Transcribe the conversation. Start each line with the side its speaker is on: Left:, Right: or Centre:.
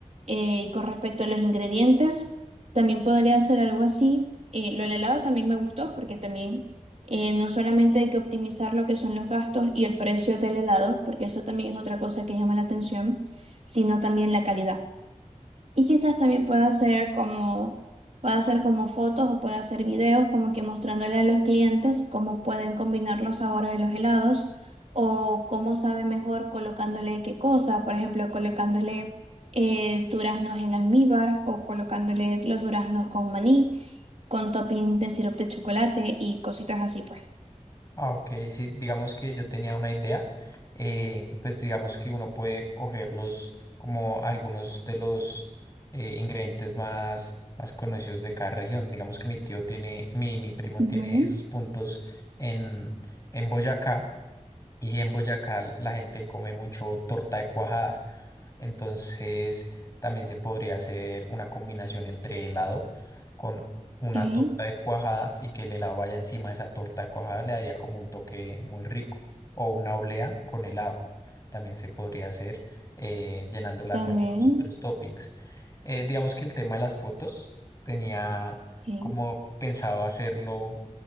Right: Eh, y con respecto a los ingredientes, también podría hacer algo así. Eh, lo del helado también me gustó porque también eh, no solamente hay que optimizar lo que son los gastos y el precio del helado, porque eso también es otra cosa que llama la atención, sino también la calidad. Y quizás también pueda hacer como, pueda hacer como fotos o pueda hacer videos como que mostrándole a los clientes cómo pueden combinar los sabores de los helados o cómo sabe mejor colocándole qué cosa, por ejemplo, colocándole eh, duraznos en almíbar o colocándole los duraznos con maní, con topping de sirope de chocolate y cositas así pues.
Left: Ah, ok, sí, digamos que yo tenía una idea, eh, pues digamos que uno puede cogerlos como algunos de los eh, ingredientes más, más conocidos de cada región. Digamos que mi tío tiene, mi, mi primo
Right: Ujú,
Left: tiene esos puntos en, en Boyacá y en Boyacá la gente come mucho torta de cuajada. Entonces también se podría hacer una combinación entre helado con una
Right: ok,
Left: torta de cuajada y que el helado vaya encima de esa torta de cuajada le daría como un toque muy rico. O una olea con helado. También se podría hacer eh, llenándola
Right: También.
Left: con esos otros toppings. Eh, digamos que el tema de las fotos tenía
Right: ok,
Left: como pensado hacerlo,